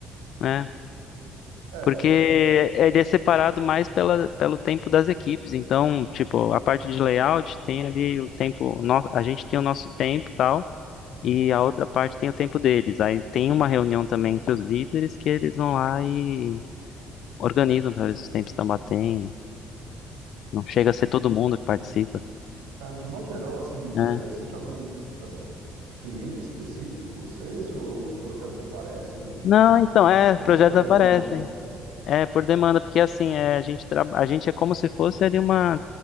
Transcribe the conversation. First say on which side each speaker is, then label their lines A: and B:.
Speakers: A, on the left; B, on the right.
A: né?
B: É,
A: Porque
B: eu...
A: ele é separado mais pela, pelo tempo das equipes. Então, tipo, a parte de layout tem ali o tempo, no- a gente tem o nosso tempo, e tal e a outra parte tem o tempo deles. Aí tem uma reunião também entre os líderes que eles vão lá e organizam para ver se os tempos estão batendo. Não chega a ser todo mundo que participa,
B: Ah, De modo geral, assim,
A: né?
B: eh, existe algum ah, cliente específico de vocês ou os projetos aparecem
A: Não, então, é,
B: de
A: projetos
B: acordo com a demanda?
A: aparecem. É, por demanda, porque assim, é, a gente, tra... a gente é como se fosse ali uma